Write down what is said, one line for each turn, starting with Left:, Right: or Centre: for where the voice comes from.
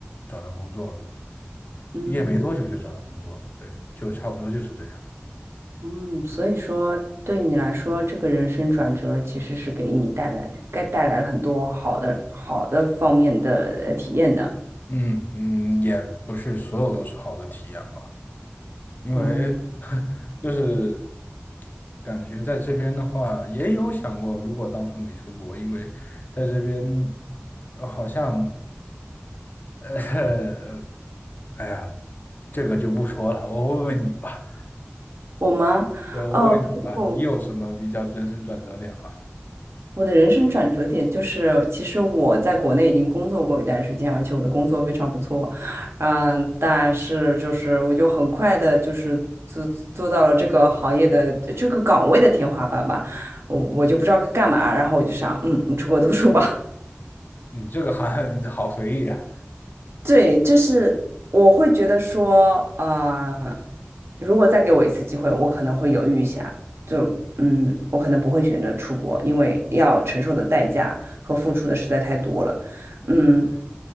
Left: 找到工作了，
Right: 嗯
Left: 毕业没多久就找到工作了。对，就差不多就是这样。
Right: 嗯，所以说对你来说，这个人生转折其实是给你带来，该带来了很多好的好的方面的呃体验的。
Left: 嗯嗯，也不是所有都是好的体验吧，因为
Right: 嗯，
Left: <laughs> 就是感觉在这边的话，也有想过，如果当初没出国，因为在这边呃好像，呃，哎呀，这个就不说了，我问问你吧，
Right: 我吗？
Left: 对，我问问你吧，
Right: 哦，我
Left: 你有什么比较人生转折点吗？
Right: 我的人生转折点就是，其实我在国内已经工作过一段时间，而且我的工作非常不错，嗯，但是就是我就很快的，就是做做到了这个行业的这个岗位的天花板吧，我我就不知道该干嘛，然后我就想，嗯，出国读书吧，
Left: 你这个还 <laughs> 好随意啊，
Right: 对，就是我会觉得说，呃，如果再给我一次机会，我可能会犹豫一下，就嗯，我可能不会选择出国，因为要承受的代价和付出的实在太多了，嗯，